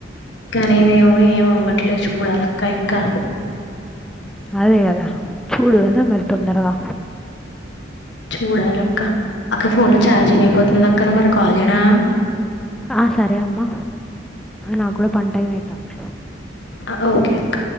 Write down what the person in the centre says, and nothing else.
అదే కదా చూడు కదా మరి తొందరగా
ఆ సరే అమ్మా నాకు కూడా పనిటైం అయితాంది